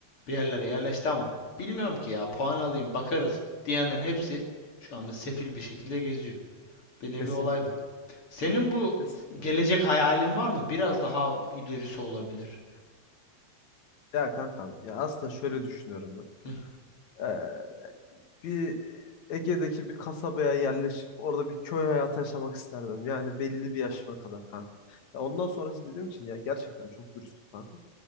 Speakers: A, on the left (about 40°); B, on the left (about 60°).
A: bir yerlere yerleşti ama bilmiyorum ki ya puan alayım bakarız diyenlerin hepsi şu anda sefil bir şekilde geziyor. Bir nevi
B: Kesinlikle.
A: olay bu. Senin bu
B: Kesinlikle.
A: gelecek hayalin var mı? Biraz daha ilerisi olabilir.
B: Ya kankam ya aslında şöyle düşünüyorum ben.
A: Hı,
B: Ee, bir Ege'deki bir kasabaya yerleşip orada bir köy hayatı yaşamak isterdim. Yani belli bir yaşıma kadar kanka. Ya ondan sonrası dediğim için yani gerçekten çok dürüstüm kanka.